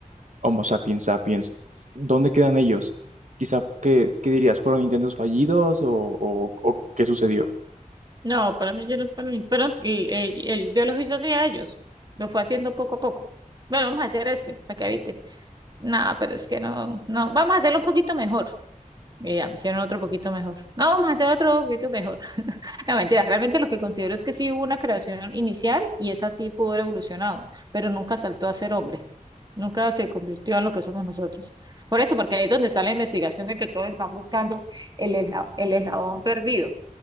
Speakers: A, on the right; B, on the right.
A: Homo sapiens sapiens. ¿Dónde quedan ellos? Quizá, ¿qué, qué dirías? ¿Fueron intentos fallidos o, o o qué sucedió?
B: No, para mí ellos no fueron, pero el, el, el Dios los hizo así a ellos. Lo fue haciendo poco a poco. Bueno, vamos a hacer este para que habite. No, pero es que no, no, vamos a hacerlo un poquito mejor. Y ya me hicieron otro poquito mejor. No, vamos a hacer otro poquito mejor. No, mentiras, realmente lo que considero es que sí hubo una creación inicial y esa sí pudo haber evolucionado, pero nunca saltó a ser hombre, nunca se convirtió en lo que somos nosotros. Por eso, porque ahí es donde está la investigación de que todos están buscando el eslabón, el eslabón perdido.